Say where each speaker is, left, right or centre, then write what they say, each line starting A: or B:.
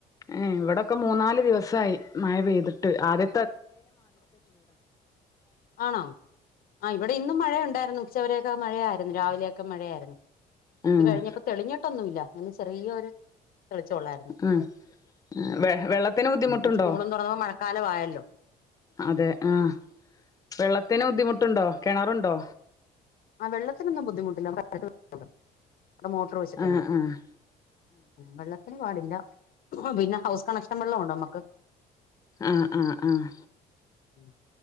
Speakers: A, on the left (about 20°); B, on the left (about 60°).
A: ഏഹ് ഇവിടൊക്കെ മൂന്ന് നാല് ദിവസായി മഴ പെയ്തിട്ട് ആദ്യ
B: ആണോ ആഹ് ഇവിടെ ഇന്നും മഴ ഉണ്ടായിരുന്നു ഉച്ചവരെയൊക്കെ മഴയായിരുന്നു രാവിലെയൊക്കെ മഴയായിരുന്നു ഉച്ച
A: ആഹ്
B: കഴിഞ്ഞപ്പം തെളിഞ്ഞിട്ടൊന്നുവില്ല അങ്ങനെ ചെറിയൊരു തെളിച്ചം ഉള്ളായിരുന്നു
A: ആഹ് വെ വെള്ളത്തിന് ബുദ്ധിമുട്ടുണ്ടോ
B: ഇനിയിപ്പോ സ്കൂളും തുടങ്ങുമ്പം മഴക്കാലവായല്ലോ
A: അതെ ആഹ് വെള്ളത്തിന് ബുദ്ധിമുട്ടുണ്ടോ കിണറുണ്ടോ
B: ആ വെള്ളത്തിനൊന്നും ബുദ്ധിമുട്ടില്ല അവിടെ കുഴൽ ഉണ്ട് അവിടെ മോട്ടർ വെച്ചിട്ടുണ്ട്.
A: ആഹ് ആഹ്
B: ആഹ് വെള്ളത്തിന് പാടില്ല പിന്നെ ഹൗസ് കണക്ഷൻ വെള്ളമുണ്ട് നമുക്ക്
A: ആഹ് ആഹ് ആഹ്
B: അത്